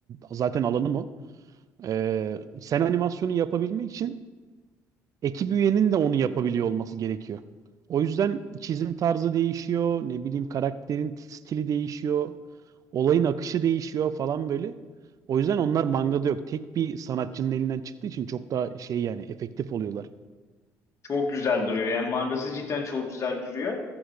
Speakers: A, on the right; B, on the left.
A: Zaten alanım o. Ee, sen animasyonu yapabilmek için ekip üyenin de onu yapabiliyor olması gerekiyor. O yüzden çizim tarzı değişiyor, ne bileyim karakterin stili değişiyor, olayın akışı değişiyor falan böyle. O yüzden onlar mangada yok. Tek bir sanatçının elinden çıktığı için çok daha şey yani efektif oluyorlar.
B: Çok güzel duruyor. Yani mangası cidden çok güzel duruyor.